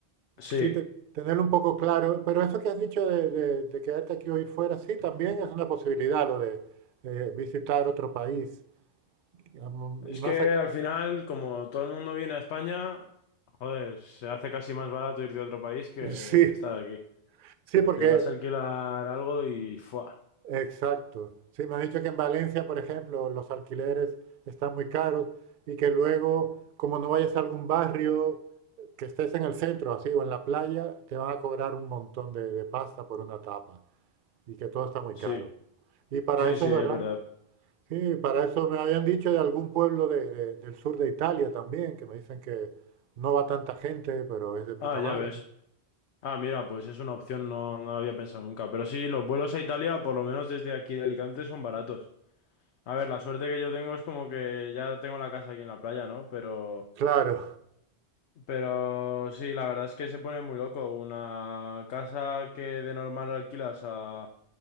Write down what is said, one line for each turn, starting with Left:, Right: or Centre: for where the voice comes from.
Left: Sí,
Right: Sí, te- tenerlo un poco claro, pero eso que has dicho de, de- de quedarte aquí o ir fuera, sí, también es una posibilidad lo de eh, visitar otro país. digamos,
Left: Es
Right: Y más
Left: que
Right: aquí.
Left: al final, como todo el mundo viene a España, joder, se hace casi más barato ir de otro país que
Right: <laughs> Sí,
Left: estar aquí.
Right: sí,
Left: Porque
Right: porque
Left: vas a alquilar algo y ¡fua!
Right: Exacto. Sí, me han dicho que en Valencia, por ejemplo, los alquileres están muy caros y que luego, como no vayas a algún barrio, que estés en el centro, así, o en la playa, te van a cobrar un montón de, de pasta por una tapa y que todo está muy
Left: Sí,
Right: caro. Y para
Left: sí,
Right: eso
Left: sí,
Right: es
Left: es
Right: verdad.
Left: verdad.
Right: Sí, para eso me habían dicho de algún pueblo de- de- del sur de Italia también, que me dicen que no va tanta gente, pero es de puta
Left: Ah, ya
Right: madre.
Left: ves. Ah, mira, pues es una opción, no, no lo había pensado nunca. Pero sí, los vuelos a Italia, por lo menos desde aquí de Alicante, son baratos. A ver, la suerte que yo tengo es como que ya tengo la casa aquí en la playa, ¿no? Pero
Right: Claro,
Left: Pero sí, la verdad es que se pone muy loco. Una casa que de normal alquilas a